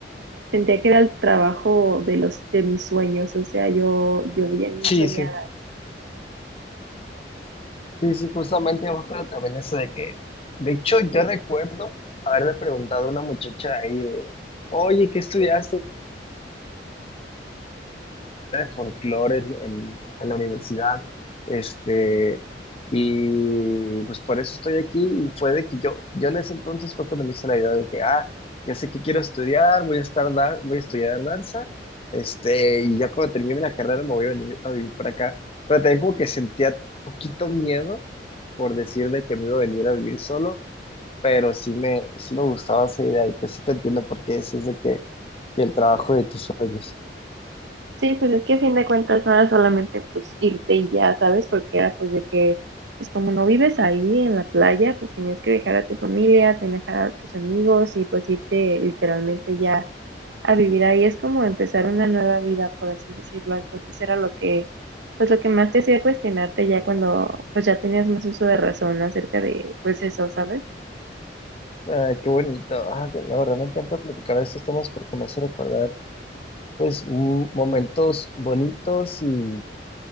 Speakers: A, on the right; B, on the left.
A: Sentía que era el trabajo de los de mis sueños, o sea, yo, yo bien
B: Sí,
A: soñaba.
B: sí. Sí, sí, justamente me acuerdo también eso de que, de hecho, yo recuerdo haberle preguntado a una muchacha ahí de, oye, ¿qué estudiaste de folclore en, en- en la universidad? Este, y pues por eso estoy aquí y fue de que yo, yo en ese entonces fue cuando me hice la idea de que, ah, ya sé que quiero estudiar, voy a estar, da- voy a estudiar danza, este, y ya cuando termine la carrera me voy a venir a vivir para acá. Pero también como que sentía poquito miedo por decir de que me iba a venir a vivir solo pero sí me, sí me gustaba esa idea y pues sí te entiendo por qué decís de que, que el trabajo de tus sueños.
A: Sí, pues es que a fin de cuentas no era solamente pues irte y ya, ¿sabes? Porque era pues de que, pues como no vives ahí en la playa, pues tenías que dejar a tu familia, tenías que dejar a tus amigos y pues irte literalmente ya a vivir ahí. Es como empezar una nueva vida, por así decirlo. Entonces era lo que, pues lo que más te hacía cuestionarte ya cuando pues ya tenías más uso de razón acerca de pues eso, ¿sabes?
B: Ay, qué bonito. Ah, la verdad me encanta platicar de estos temas porque me hace recordar pues m- momentos bonitos y